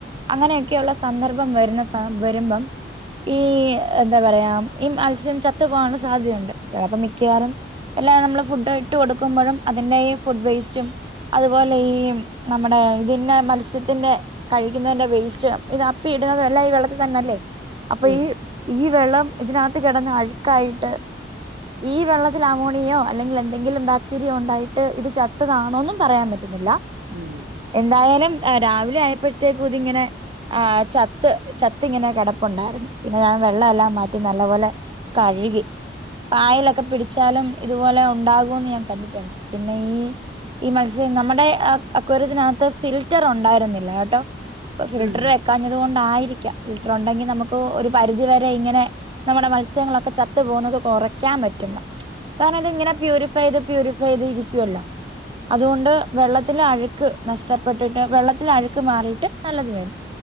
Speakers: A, on the right (about 30°); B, on the right (about 85°).
A: അങ്ങനെയൊക്കെയുള്ള സന്ദർഭം വരുന്ന സ വരുമ്പം ഈ എന്താ പറയാ ഈ മത്സ്യം ചത്തു പോകാനുള്ള സാധ്യതയുണ്ട് ചെലപ്പം മിക്കവാറും എല്ലാ നമ്മള് ഫുഡ് ഇട്ട് കൊടുക്കുമ്പഴും അതിന്റെ ഈ ഫുഡ് വേസ്റ്റും അതുപോലെ ഈ നമ്മടെ ഇതിന്റെ മത്സ്യത്തിന്റെ കഴിക്കുന്നന്റെ വേസ്റ്റ് ഇത് അപ്പി ഇടു എല്ലാം ഈ വെള്ള ണല്ലേ അപ്പൊ
B: ഉം,
A: ഈ ഈ വെള്ളം ഇതിനകത്ത് കെടന്ന് അഴുക്കായിട്ട് ഈ വെള്ളത്തിൽ അമോണിയയോ അല്ലെങ്കിൽ എന്തെങ്കിലും ബാക്ടീരിയോ ഉണ്ടായിട്ട് ഇത് ചത്തതാണോന്നും പറയാൻ പറ്റില്ല. <unintelligible>
B: ഉം
A: എന്തായാലും രാവിലെ ആയപ്പഴത്തേക്കും ഇതിങ്ങനെ ആ ചത്ത് ചത് ത്തിങ്ങനെ കിടപ്പുണ്ടായിരുന്നു പിന്നെ ഞാൻ വെള്ളം എല്ലാം മാറ്റി നല്ലപോലെ കഴുകി പായലൊക്കെ പിടിച്ചാലും ഇതുപോലെ ഉണ്ടാകുന്ന് ഞാൻ കണ്ടിട്ടുണ്ട് പിന്നെ ഈ ഈ മത്സ്യം നമ്മുടെ അക്വറിയത്തിനകത്ത് ഫിൽറ്റർ ഉണ്ടായിരുന്നില്ല കേട്ടോ ഇപ്പ ഫിൽട്ടർ
B: ഉം.
A: വെക്കാഞ്ഞത് കൊണ്ടായിരിക്കാം ഫിൽട്ടർ ഉണ്ടെങ്കിൽ നമുക്ക് ഒരു പരിധി വരെ ഇങ്ങനെ നമ്മുടെ മത്സ്യങ്ങളൊക്കെ ചത്തു പോകുന്നത് കൊറയ്ക്കാൻ പറ്റുന്ന കാരണം ഇത് ഇങ്ങനെ പ്യൂരിഫൈ ചെയ്ത് പ്യൂരിഫൈ ചെയ്ത് ഇരിക്കുവല്ലോ അതുകൊണ്ട് വെള്ളത്തിലെ അഴുക്ക് നഷ്ടപ്പെട്ടിട്ട് വെള്ളത്തിലെ അഴുക്ക് മാറിട്ട് നല്ലത് വരും